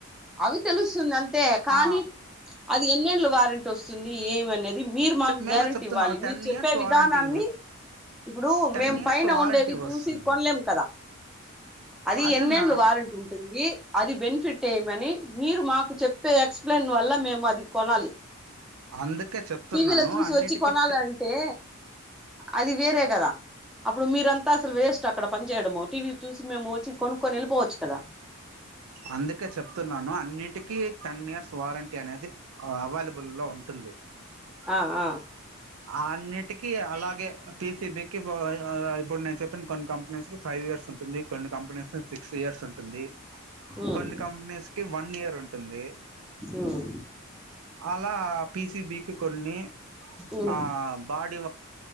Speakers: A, in the centre; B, on the right.
A: అవి తెలుస్తుంది అంతే కానీ
B: ఆ
A: అది ఎన్నెల్లు వారెంటీ వస్తుంది ఏమనే ఇది మీరు మాకు
B: చె- మేమే
A: గ్యారెంటీ
B: చెప్తున్నాము
A: ఇవ్వాలి
B: టెన్
A: మీరు చెప్పే
B: ఇయర్స్
A: విధానాన్ని
B: వారంటీ
A: ఇప్పుడు
B: టెన్
A: మేం
B: ఇయర్స్
A: పైన
B: వారంటీ
A: ఉండేవి చూసి
B: వస్తుంది
A: కొనలేం కదా అది
B: అదే
A: ఎన్నేళ్లు
B: మ్యామ్
A: వారెంటీ ఉంటుంది అది బెనిఫిట్టె అని మీరు మాకు చెప్పే ఎక్స్ప్లెయిన్ వల్ల మేము అది కొనాలి
B: అందుకే చెప్తున్నాను
A: టీవీలో చూసి
B: అన్నిటికి
A: వచ్చి కొనాలంటే అది వేరే కదా అప్పుడు మీరంతా అసలు వేస్ట్ అక్కడ పని చేేయడము టీవీ చూసి మేము వచ్చి కొనుక్కొని వెళ్ళిపోవచ్చు కదా
B: అందుకే చెప్తున్నాను అన్నిటికీ టెన్ ఇయర్స్ వారంటీ అనేది అవైలబుల్ లో ఉంటుంది
A: ఆ ఆ
B: ఆన్ని టికి అలాగే పిసిబికి ఇప్పుడు నేను చెప్పిన కొన్ని కంపెనీస్ కి ఫైవ్ ఇయర్స్ ఉంది కొన్ని కంపెనీస్ సిక్స్ ఇయర్స్ ఉంటుంది
A: ఉమ్
B: కొన్ని కంపెనీస్ కి వన్ ఇయర్ ఉంటుంది
A: ఉమ్
B: అలా పిసిబికి కొన్ని
A: ఉమ్
B: ఆ బాడీ